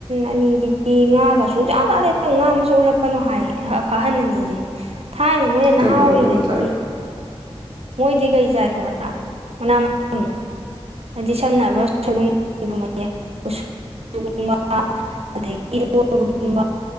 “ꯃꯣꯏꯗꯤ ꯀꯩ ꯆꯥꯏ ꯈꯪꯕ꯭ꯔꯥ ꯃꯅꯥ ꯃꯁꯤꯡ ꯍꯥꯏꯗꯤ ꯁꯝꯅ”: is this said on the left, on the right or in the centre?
Right